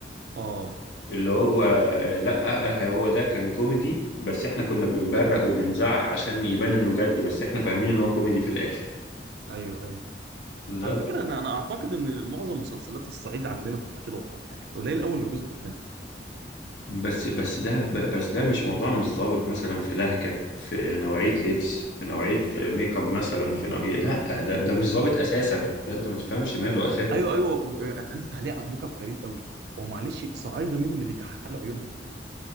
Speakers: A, on the right; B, on the left.
A: اه
B: اللي هو آه، لأ آه، هو ده كان كوميدي بس احنا كنا بنبرق وبنزعق عشان يبان انه جد بس احنا فاهمين ان هو كوميدي في الآخر
A: أيوه أيوه
B: لا
A: على
B: لا
A: فكرة أنا أنا أعتقد إن معظم مسلسلات الصعيد عندنا بتبقى كده والله يعني قليل أوي اللي بيظبط منها
B: بس بس ده ب- بس ده مش موضوع مش ظابط مثلا في لهجة في نوعية لبس في نوعية ميك
A: مم.
B: اب مثلا في نوعية لأ ده ده مش ظابط أساسا ده أنت ما تفهمش ماله أساسا
A: أيوه أيوه أنا عندي تعليق على الميك اب غريب أوي هو معلش صعايدة مين اللي بيكحلوا عيونهم دول؟